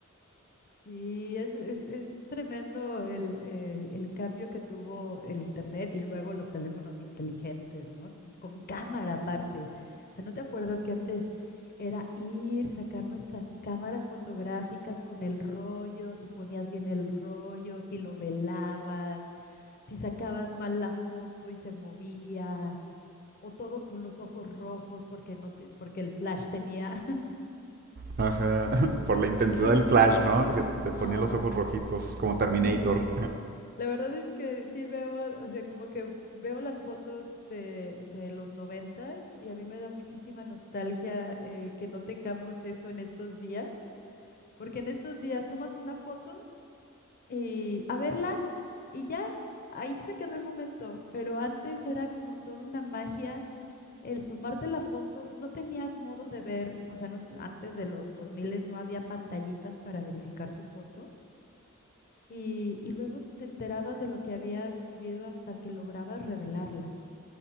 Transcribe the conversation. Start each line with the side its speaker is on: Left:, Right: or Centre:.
Left: Y es, es, es tremendo el, el- el cambio que tuvo el Internet y luego los teléfonos inteligentes, ¿no? Con cámara aparte. O sea, ¿no te acuerdas que antes era ir, sacar nuestras cámaras fotográficas con el rollo, si ponías bien el rollo, si lo velabas, si sacabas mal la foto y se movía, o todos con los ojos rojos porque no te- porque el flash tenía.
Right: Ajá, <laughs> por la intensidad
Left: <laughs> Así,
Right: del flash, ¿no? Que te
Left: Ay,
Right: ponía los ojos rojitos, como Terminator.
Left: sí. La verdad es que sí veo, o sea, como que veo las fotos de, de los noventas y a mí me da muchísima nostalgia eh, que no tengamos eso en estos días, porque en estos días tomas una foto y a verla y ya ahí se quedó el momento, pero antes era como toda una magia el tomarte la foto, no tenías modo de ver, o sea, no, te- antes de los 2000 no había pantallitas para verificar tu foto y, y luego te enterabas de lo que habías vivido hasta que lograbas revelarlas.